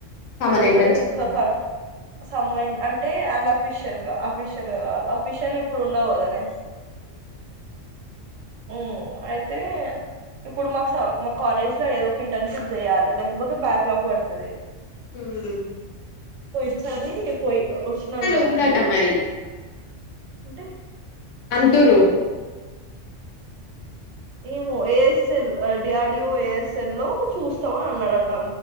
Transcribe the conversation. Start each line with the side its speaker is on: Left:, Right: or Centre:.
Left: సమ్మర్
Right: అది
Left: ఇంటర్న్షిప్
Right: కూడా ఇంక కఫ్ సం <inaudible> అంటే అన్ అఫీషియల్ గా ఫిష్యల్గాదు అఫీష్యల్ గా ఇప్పుడు ఉండవు గదనే ఉమ్ అయితే ఇప్పుడు మాకు సమ్ మా కాలేజ్ లో ఏదో ఒక ఇంటర్న్షిప్ జెయ్యాలి లేకపోతే బ్యాక్లాగ్ పడుతది
Left: హుమ్
Right: పోయిన సారి పోయి వచ్చినం కదా
Left: ఉందట
Right: అయిన్
Left: మరి
Right: అంటే
Left: అంటూరు
Right: ఏమో ఏఎస్ఎల్ ఆ డిఆర్డీఓ ఏఎస్ఎల్ లో చూస్తావా అన్నాడంటా